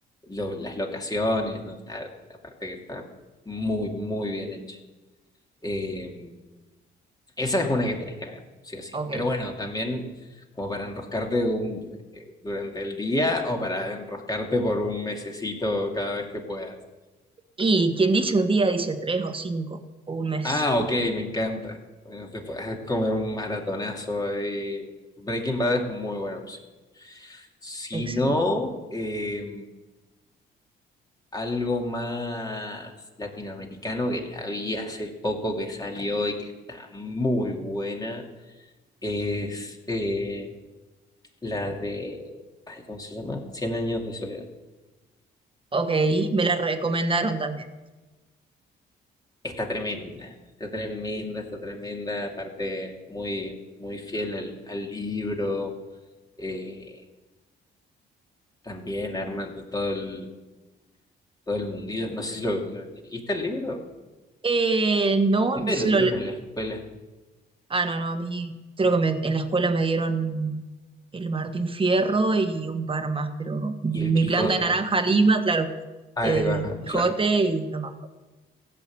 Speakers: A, on the left; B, on the right.
A: lo- las locaciones, ¿no? Está, aparte que está muy, muy bien hecho. Eh, esa es una que tenés que ver, sí o sí.
B: Ok.
A: Pero bueno, también como para enroscarte un- eh, durante el día o para enroscarte por un mesecito cada vez que puedas.
B: Y quien dice un día dice tres o cinco o un mes.
A: Ah, ok, me encanta. Bueno, te puedes comer un maratonazo ahí. Breaking Bad es muy buena opción. Si
B: Excelente.
A: no, eh, algo más latinoamericano que la vi hace poco que salió y que está muy buena es eh, la de, ay, ¿cómo se llama? Cien años de soledad.
B: Ok, me la recomendaron también.
A: Está tremenda, está tremenda, está tremenda, aparte muy, muy fiel al, al libro, eh, también armando todo el, todo el mundillo. No sé si lo, lo leíste el libro,
B: Eh, no,
A: a mí me lo
B: lo,
A: dieron en la escuela,
B: Ah, no, no, a mí creo que me- en la escuela me dieron el Martín Fierro y un par más, pero mi
A: y el Quijote,
B: planta de naranja Lima, claro,
A: ahí
B: eh,
A: va,
B: Quijote
A: claro,
B: y no más.